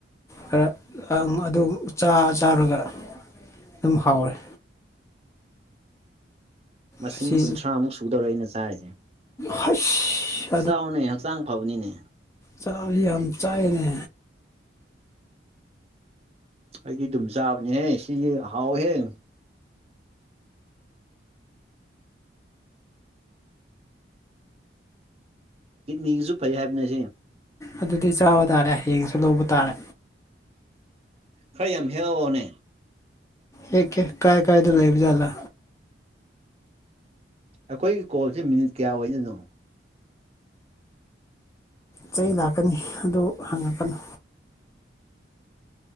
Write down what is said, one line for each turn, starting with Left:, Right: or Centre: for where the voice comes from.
Left: ꯈꯔ ꯑꯗꯨ ꯆꯥ ꯆꯥꯔꯒ ꯑꯗꯨꯝ ꯍꯥꯎꯔꯦ
Right: ꯃꯁꯤꯡ
Left: ꯉꯁꯤ
Right: ꯀꯨꯟꯊ꯭ꯔꯥꯃꯨꯛ ꯁꯨꯗꯧꯔꯦ ꯑꯩꯅ ꯆꯥꯔꯤꯁꯦ
Left: ꯍꯁ
Right: ꯆꯥꯎꯅ ꯍꯛꯆꯥꯡ ꯐꯕꯅꯤꯅꯦ
Left: ꯆꯕꯗꯤ ꯌꯥꯝ ꯆꯥꯏꯅꯦ
Right: ꯑꯩꯗꯤ ꯑꯗꯨꯝ ꯆꯥꯕꯅꯦꯍꯦ ꯁꯤꯗꯤ ꯍꯥꯎꯋꯦꯍꯦ ꯀꯤꯠꯅꯤꯒꯤꯁꯨ ꯐꯩ ꯍꯥꯏꯕꯅꯦ ꯁꯤ
Left: ꯑꯗꯨꯗꯤ ꯆꯥꯕ ꯇꯥꯔꯦ ꯍꯌꯦꯡꯁꯨ ꯂꯧꯕ ꯇꯥꯔꯦ
Right: ꯈꯔ ꯌꯥꯝ ꯍꯦꯛꯑꯣꯅꯦ
Left: ꯍꯦꯛꯀꯦ ꯀꯥꯏ ꯀꯥꯏꯗ ꯂꯩꯕꯖꯥꯠꯂꯥ
Right: ꯑꯩꯈꯣꯏꯒꯤ ꯀꯣꯜꯁꯦ ꯃꯤꯅꯤꯠ ꯀꯌꯥ ꯑꯣꯏꯗꯣꯏꯅꯣ
Left: ꯆꯩ ꯂꯥꯛꯀꯅꯤ ꯑꯗꯨ ꯍꯪꯉꯛꯀꯅꯨ